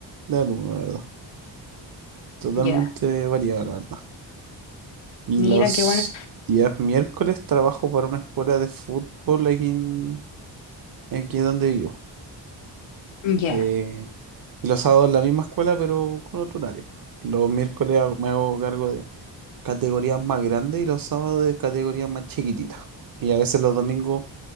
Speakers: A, on the right; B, on the left.
A: de alumnos, la verdad. Totalmente
B: Ya,
A: variada, la verdad. Y
B: mira,
A: los
B: qué buena.
A: días miércoles trabajo para una escuela de fútbol aquí, en- aquí donde vivo.
B: Ya,
A: Eh, y los sábados en la misma escuela, pero con otro horario. Los miércoles hago- me hago cargo de categorías más grandes y los sábados de categorías más chiquititas. Y a veces los domingos